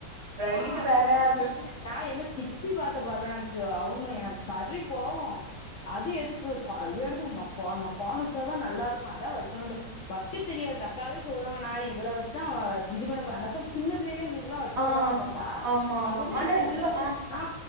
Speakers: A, on the right (about 55°); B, on the left (about 80°).
A: பிரைடு
B: ஆ அந்த
A: வேற
B: அக்காட்ட
A: பிப்
B: சொன்னே நா எங்க சித்தி பார்த்த பார்வ நன்சோ அவுங்க எனக்கு சரி கோவோ அது எதுக்கு கல்யாணத்துக்கு கோன் கோன் வச்சாதா நல்லாருக்கு அதா வைக்கணுனு வக்கே தெரியாது அந்த அக்காவே சொல்லுவாங்க நா இவ்வள வச்சுதா அ இது பண்ண ப அந்த அக்கா சின்ன பிள்ளைலே எங்களுக்கலா வச்சு வுடுவாங்க
A: ஆ
B: பாப்பா
A: ஆமா ஆமா
B: அப்பமே
A: ஆனா
B: எங்களுக்
A: இப்ப
B: உள்ள உள்ள ஆ